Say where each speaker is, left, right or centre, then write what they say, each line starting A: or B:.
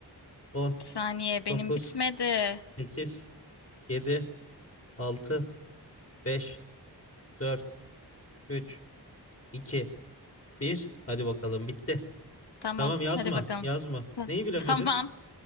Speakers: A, on the left (about 35°); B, on the left (about 75°).
A: on
B: Bir saniye benim
A: dokuz
B: bitmedi.
A: sekiz yedi altı beş dört üç iki bir Hadi bakalım bitti.
B: Tamam.
A: Tamam yazma,
B: Hadi bakalım.
A: yazma.
B: Ta-
A: Neyi
B: <laughs>
A: bilemedin?
B: tamam.